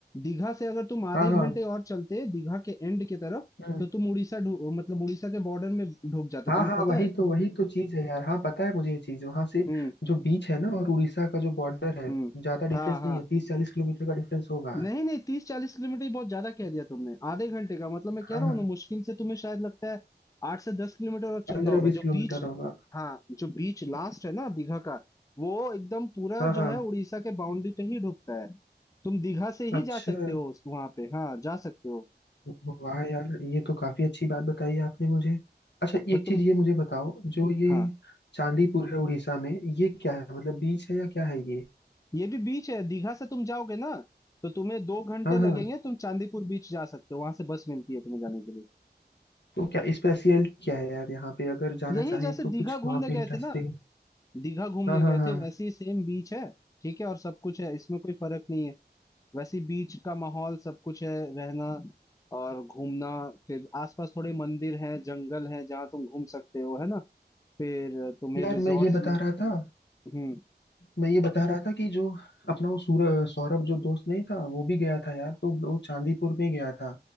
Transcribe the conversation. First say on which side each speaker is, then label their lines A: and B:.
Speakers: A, on the left; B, on the left.
A: दीघा से अगर तुम आधे
B: हाँ हाँ
A: घंटे और चलते दीघा के एंड की तरफ
B: हम्म,
A: तो तुम उड़ीसा ढु- मतलब उड़ीसा के बॉर्डर में ढुक जाते
B: हाँ
A: तुम्हें
B: हाँ
A: पता
B: वही
A: है
B: तो वही तो चीज है यार हाँ पता है मुझे ये चीज वहां से
A: हम्म
B: जो बीच है ना और उड़ीसा का जो बॉर्डर है
A: हम्म
B: ज्यादा
A: हाँ
B: डिफरेंस
A: हाँ
B: नहीं है तीस चालीस किलोमीटर का डिफरेंस होगा
A: नहीं नहीं तीस चालीस किलोमीटर ही बहुत ज्यादा कह दिया तुमने आधे घंटे का मतलब मैं कह
B: हाँ
A: रहा
B: हाँ
A: हूँ ना मुश्किल से तुम्हें शायद लगता है आठ से दस किलोमीटर और
B: पंद्रह
A: चलना होगा
B: बीस
A: जो
B: किलोमीटर
A: बीच
B: होगा
A: हाँ जो बीच लास्ट है ना दीघा का वो एकदम पूरा
B: हाँ हाँ
A: जो है उड़ीसा के बाउंड्री पे ही ढुकता है तुम दीघा से ही
B: अच्छा
A: जा सकते हो उस वहां पे हाँ जा सकते हो
B: वाह यार ये तो काफी अच्छी बात बताई आपने मुझे अच्छा
A: पर
B: एक
A: तुम
B: चीज ये मुझे बताओ जो ये
A: हाँ
B: चांदीपुर है उड़ीसा में ये क्या है मतलब बीच है या क्या है ये
A: ये भी बीच है दीघा से तुम जाओगे ना तो तुम्हें दो घंटे
B: हाँ
A: लगेंगे
B: हाँ
A: तुम चांदीपुर बीच जा सकते हो वहां से बस मिलती है तुम्हें जाने के लिए
B: तो क्या स्पेशलिटी क्या है यार यहाँ पे अगर जाना
A: यही
B: चाहें
A: जैसे
B: तो कुछ
A: दीघा घूमने
B: वहाँ पे
A: गए
B: इंटरेस्टिंग
A: थे ना दीघा घूमने
B: हाँ हाँ
A: गए
B: हाँ
A: थे वैसे ही सेम बीच है ठीक है और सब कुछ है इसमें कोई फर्क नहीं है वैसे ही बीच का माहौल सब कुछ है रहना और घूमना फिर आसपास थोड़े मंदिर हैं जंगल हैं जहाँ तुम घूम सकते हो है ना फिर तुम्हें
B: यार
A: रिजॉर्ट्स
B: मैं ये बता
A: में
B: रहा था
A: हम्म
B: मैं ये बता रहा था कि जो अपना वो सूर सौरभ जो दोस्त नहीं था वो भी गया था यार तो वो चांदीपुर में गया था